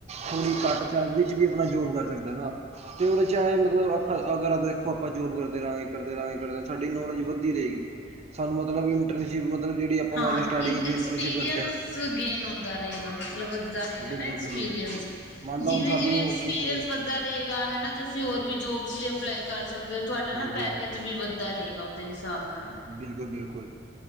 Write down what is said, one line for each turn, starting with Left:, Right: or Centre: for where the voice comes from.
Right: ਥੋੜ੍ਹੀ ਘੱਟ ਸੈਲਰੀ ਚ ਵੀ ਆਪਣਾ ਜੋਬ ਕਰ ਸਕਦਾ ਨਾ। ਤੇ ਉਹਦੇ ਚਾਹੇ ਮਤਲਬ ਅਗਰ ਦੇਖੋ ਆਪਾਂ ਜੋਬ ਕਰਦੇ ਰਹਾਂਗੇ, ਕਰਦੇ ਰਹਾਂਗੇ ਕਰ ਸਾਡੀ ਨੌਲੇਜ ਵੱਧਦੀ ਰਹੇਗੀ, ਸਾਨੂੰ ਮਤਲਬ ਇੰਟਰਨਸ਼ਿਪ ਮਤਲਬ ਜਿਹੜੀ ਆਪਾਂ
Left: ਹਾਂ
Right: ਮੰਨ ਲਓ ਸਟਾਰਟਿੰਗ
Left: ਐਕਸਪੀਰੀਅੰਸ
Right: ਇੰਟਰਨਸ਼ਿਪ ਕਰਦੇ ਹਾਂ
Left: ਗੇਨ ਹੁੰਦਾ ਰਹੇਗਾ ਮਤਲਬ ਵਧੱਦਾ ਰਹੇਗਾ
Right: ਬਿਲਕੁਲ
Left: ਐਕਸਪੀਰੀਐਂਸ,
Right: ਬਿਲਕੁਲ ਮੰਨ ਲਓ
Left: ਜਿਵੇ
Right: ਹੁਣ ਸਾਨੂੰ
Left: -ਜਿਵੇਂ ਐਕਸਪੀਰੀਐਂਸ
Right: ਕਿਸੇ
Left: ਰਹੇਗਾ ਹਨਾ ਤੁਸੀਂ ਹੋਰ ਵੀ ਜੋਬਸ ਲਈ ਅਪਲਾਈ ਕਰ ਕਰ ਸਕਦੇ ਹੋ ਤੁਹਾਡਾ
Right: ਹਾਂਜੀ
Left: ਨਾ ਪੈਕੇਜ
Right: ਹਾਂਜੀ
Left: ਵੀ ਵੱਧਾ ਰਹੇਗਾ ਉਹਦੇ ਹਿਸਾਬ ਨਾਲ।
Right: ਬਿਲਕੁਲ, ਬਿਲਕੁਲ